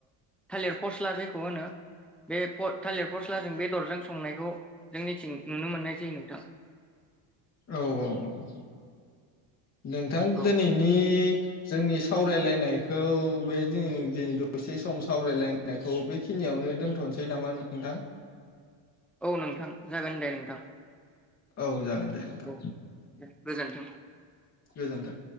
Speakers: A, in the centre; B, on the left.
A: थालिर फस्ला जायखौ होनो बे थालिर फस्लाजों बेदरजों संनायखौ जोंनिथिं नुनो मोननाय जायो नोंथां
B: औ औ औ नोंथां
A: औ
B: दिनैनि जों नि सावरायलायनाय खौ <unintelligible> दसे सम सावरायलायनायखौ बेखिनियावनो दोनथ'नोसै नामा नोंथां
A: औ नोंथां जागोन दे नोंथां
B: औ जागोन दे नोंथां
A: औ दे गोजोन्थों
B: गोजोन्थों